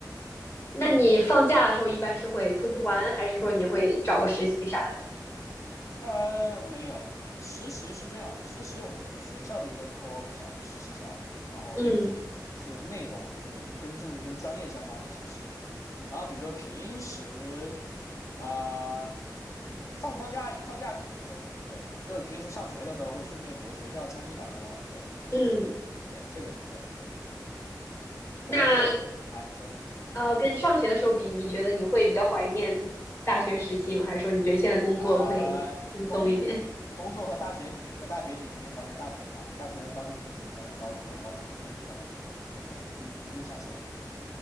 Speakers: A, on the left; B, on the left.
A: 那你放假的时候一般是会出去玩，还是说你会找个实习啥的？
B: 呃，没有，实习是这样的，实习我们就是学校的一个 co-op 项目，实习项目，然后那个是是那种就是跟正跟专业相关的实习嘛，
A: 嗯
B: 然后比如说平时啊、放不放假放假肯定不会工作的，就是平时上学的时候会顺便，比如学校餐厅打个工会的，
A: 嗯。
B: 对，这个是会的。我在学啊，
A: 那
B: 你说。
A: 呃，跟上学的时候比，你觉得你会比较怀念大学时期吗？还是说你觉得现在工作会轻松一点？
B: 啊、工工作和大学比和大学比，肯定怀念大学吧；大学和高中比，肯定怀念高中吧；高中和初中比，怀念初中，就是这样，一一路向前。